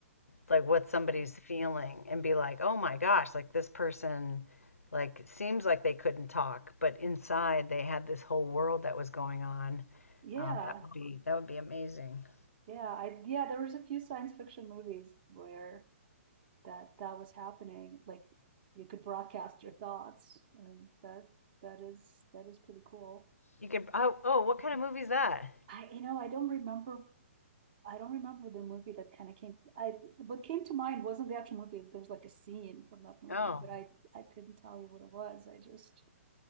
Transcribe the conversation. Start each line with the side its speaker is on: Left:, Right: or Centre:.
Left: like what somebody's
Right: yeah,
Left: feeling and be like, oh my gosh, like this person like seems like they couldn't talk, but inside they had this whole world that was going on.
Right: yeah,
Left: Um, that would be that would be amazing.
Right: yeah. I yeah, there was a few science fiction movies where that that was happening. Like you could broadcast your thoughts, and that that is that is pretty cool.
Left: You could oh oh what kind of movie is that?
Right: I you know I don't remember I don't remember the movie that kind of came. I what came to mind wasn't the actual movie. There was like a scene from that movie,
Left: Oh,
Right: but I I couldn't tell you what it was. I just